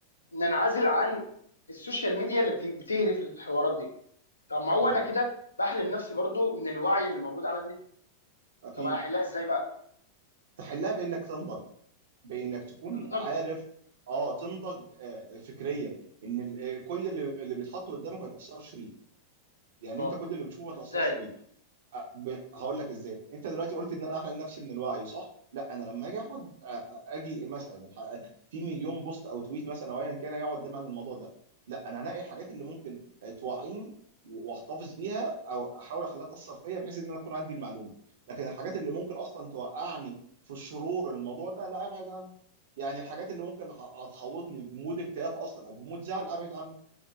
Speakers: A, on the left; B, on the right.
A: ننعزل عن السوشيال ميديا اللي بت- بتهرف الحوارات دي طب ما هو
B: امم
A: انا كده بحرم نفسي برضو من الوعي اللي موجود على النت
B: اكيد
A: طب انا احلها ازاي بقى
B: تحلها بانك تنضج بانك تكون
A: تنضج
B: عارف اه تنضج آه، فكريا ان ال- آه، كل اللي اللي بيتحط قدامك ما يتاثرش بيه يعني
A: اه
B: انت كل اللي بتشوفه ما تاثرش
A: ازاي
B: بيه أ- ب- هقول لك ازاي انت دلوقتي قلت ان انا احرم نفسي من الوعي صح لا انا لما اجي اخد أ- أ- اجي مثلا الح- في مليون بوست او تويت مثلا او ايا كان يقعد دايما عن الموضوع ده لا انا هنقي الحاجات اللي ممكن آه، توعيني و- واحتفظ بيها او احاول اخليها تاثر فيا بحيث ان انا اكون عندي المعلومه لكن الحاجات اللي ممكن اصلا توقعني في الشرور الموضوع ده لا ابعد عنها يعني الحاجات اللي ممكن ه- تحوطني بمود اكتئاب اصلا او بمود زعل ابعد عنها